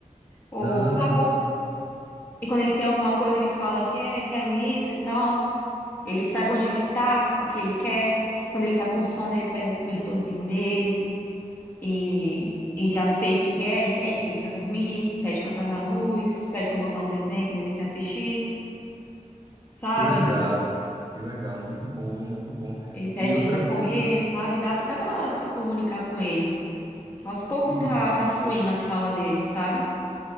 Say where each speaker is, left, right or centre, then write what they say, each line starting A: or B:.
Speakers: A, on the left (about 15°); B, on the right (about 30°).
A: Ou
B: Ah,
A: acabou
B: legal.
A: E quando ele quer alguma coisa, ele fala, quer, quero isso e tal. Ele sabe onde é que tá, o que ele quer. Quando ele tá com sono, ele pega o cobertorzinho dele e, e já sei o que que é, entende? Que ele quer dormir, pede pra apagar a luz, pede pra botar um desenho quando ele quer assistir, sabe?
B: Que legal. Que legal, muito bom, muito bom.
A: Ele pede
B: E outra
A: pra comer,
B: coisa,
A: sabe? Dá, dá pra se comunicar com ele. Aos poucos
B: isso,
A: tá, tá fluindo a fala dele, sabe?